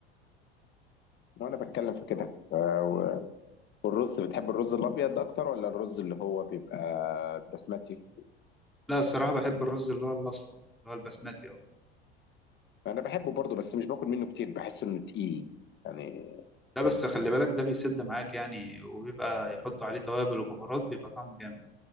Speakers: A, on the left; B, in the centre.
A: لو انا بتكلم في كده آه، و- والرز بتحب الرز الابيض اكتر ولا الرز اللي هو بيبقى بسمتي
B: لا الصراحه بحب الرز اللي هو الاصفر اللي هو البسمتي اه
A: انا بحبه برضه بس مش باكل منه كتير بحس انه تقيل يعني
B: ده بس خلي بالك ده بيسد معاك يعني وبيبقى يحطوا عليه توابل وبهارات بيبقى طعمه جامد